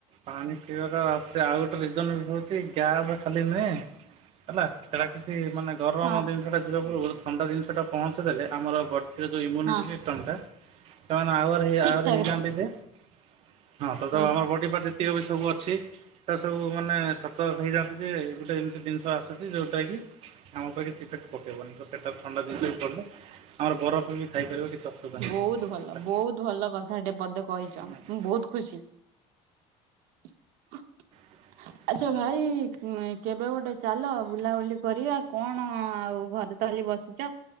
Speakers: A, on the right; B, on the right.
A: ପାଣି ପିଇବାର ସେ ଆଉ ଗୋଟେ ରିଜନ ବି ହଉଛି, ଗ୍ୟାସ ଖାଲି ନୁହେଁ। ହେଲା ସେଟା କିଛି ମାନେ ଗରମ
B: ହଁ
A: ଜିନିଷଟା ଯିବା ପୂର୍ବରୁ ଥଣ୍ଡା ଜିନିଷଟା ପହଞ୍ଚିଦେଲେ ଆମର ବଡ଼ିର ଯଉଁ ଇମ୍ୟୁନିଟି
B: ହଁ
A: ସି ଷ୍ଟମ୍ ଟା ସେମାନେ <unintelligible>
B: ଠିକ ଠାକ
A: ହେଇଯାଆନ୍ତି
B: ରହେ।
A: ଯେ। ହଁ ତ
B: ହୁଁ
A: ଆମର ବଡି ପାର୍ଟ ଯେତିକ ବି ସବୁ ଅଛି। ଟା ସବୁ ମାନେ ସତର୍କ ହେଇଯାନନ୍ତେ ଯେ ଗୋଟେ ଏମିତି ଜିନିଷ ଆସୁଛି ଯଉଁଟା କି ଆମ ଉପରେ କିଛି ଇଫେକ୍ଟ ପକେଇବନି ତ ସେଟା ଥଣ୍ଡା <unintelligible> ଆମର ବରଫ ବି ଖାଇପାରିବ କିଛି ଅସୁବିଧା ନାହିଁ
B: ବହୁତ ଭଲ। ବହୁତ ଭଲ କଥା ଟେ ପଦେ କହିଛ
A: ହେଲା।
B: ମୁଁ ବହୁତ ଖୁସି। <inaudible>
A: <inaudible>
B: ଆଚ୍ଛା ଭାଇ ଉଁ କେବେ ଗୋଟେ ଚାଲ ବୁଲାବୁଲି କରିବା କଣ ଆଉ ଘରେ ତ ଖାଲି ବସିଚ।